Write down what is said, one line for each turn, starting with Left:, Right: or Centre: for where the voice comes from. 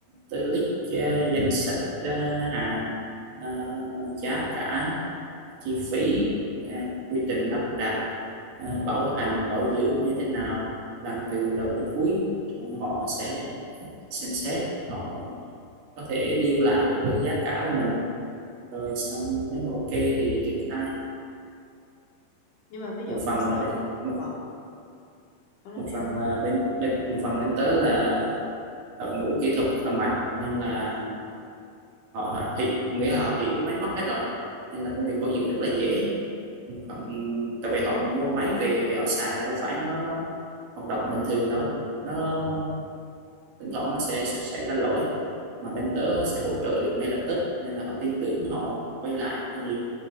Right: tớ list ờ, danh sách ờ, hàng ờ, giá cả chi phí ờ, quy trình lắp đặt ờ, bảo hành bảo dưỡng như thế nào làm từ đầu đến cuối Xong họ sẽ xem xét họ có thể deal lại với giá cả với mình rồi xong nếu mà ok thì triển khai
Left: nhưng mà ví dụ
Right: một
Left: như
Right: phần
Left: sau
Right: là bên
Left: này
Right: một
Left: ờ ông nói
Right: một
Left: em
Right: phần
Left: đấy
Right: là bên bên một phần bên tớ là đội ngũ kỹ thuật rất là mạnh nên là họ, họ hiểu, nghĩa là họ hiểu máy móc hết rồi nên là công việc bảo dưỡng rất là dễ một phần tại vì họ mua máy về họ xài là đâu phải nó nó hoạt động bình thường đâu nó thỉnh thoảng nó sẽ sẽ sẽ ra lỗi mà bên tớ sẽ hỗ trợ được ngay lập tức nên là họ tin tưởng họ quay lại rất nhiều